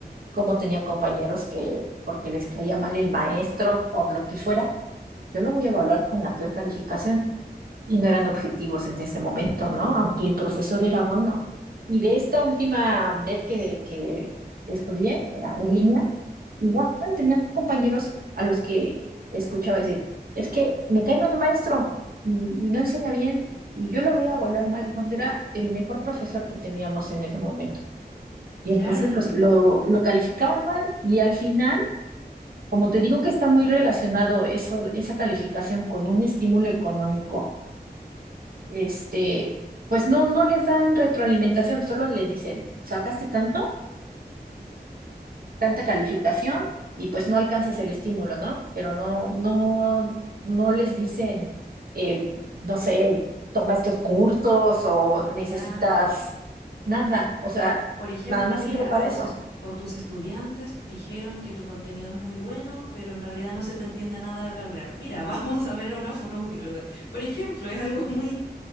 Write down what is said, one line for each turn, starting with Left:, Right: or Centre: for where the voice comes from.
Right: cómo tenía compañeros que, porque les caía mal el maestro, por lo que fuera, yo lo voy a evaluar con la peor calificación. y no eran objetivos en ese momento, ¿no? Aunque el profesor era bueno. Y de esta última vez que, que estudié eh, en línea, igual tenía compañeros a los que escuchaba decir, es que me cae mal el maestro y, y no enseña bien y yo lo veía volar mal cuando era el mejor profesor que teníamos en ese momento. Y entonces
Left: Claro,
Right: los, lo, lo calificaban mal y al final, como te digo que está muy relacionado eso, esa calificación con un estímulo económico, este, pues no, no les dan retroalimentación, solo les dicen, sacaste tanto, tanta calificación y pues no alcanzas el estímulo, ¿no? Pero no, no, no les dicen, eh, no sé, toma estos cursos o necesitas
Left: claro.
Right: nada, o sea,
Left: O, por ejemplo,
Right: nada más
Left: mira,
Right: sirve para
Left: tus
Right: eso.
Left: est- o tus estudiantes dijeron que tu contenido es muy bueno, pero en realidad no se te entiende nada de hablar. Mira, <laughs> vamos a ver a una fonoaudióloga. Por ejemplo, es algo muy